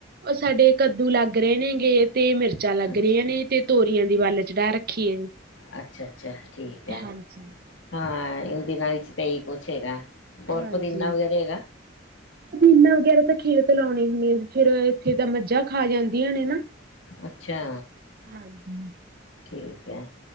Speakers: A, on the right; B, on the left.
A: ਉਹ ਸਾਡੇ ਕੱਦੂ ਲੱਗ ਰਹੇ ਨੇ। ਤੇ ਮਿਰਚਾਂ ਲੱਗ
B: ਅੱਛਾ
A: ਰਹੀਆਂ ਨੇ ਤੇ ਤੋਰੀਆਂ ਦੀ ਵੱਲ ਚੜਾਹ ਰੱਖੀਏ ਜੀ
B: ਅੱਛਾ -ਅੱਛਾ ਠੀਕ ਹੈ
A: ਹਾਂਜੀ
B: ਹੂੰ। ਇਹ ਦਿਨਾਂ ਵਿੱਚ ਇਹੀ ਕੁੱਛ ਹੈਗਾ। ਹੋਰ
A: ਹਾਂਜੀ
B: ਪੁਦੀਨਾ ਵਗੈਰਾ ਹੈਗਾ।
A: ਪਦੀਨਾ ਵਗੈਰਾ ਤਾਂ ਖੇਤ ਲਾਉਣੇ ਹੁੰਦੇ ਆ ਫੇਰ ਇੱਥੇ ਤਾਂ ਮੱਝਾਂ ਖਾ ਜਾਂਦੀਆਂ ਨੇ ਨਾ
B: ਅੱਛਾ
A: ਹਾਂਜੀ
B: ਠੀਕ ਐ।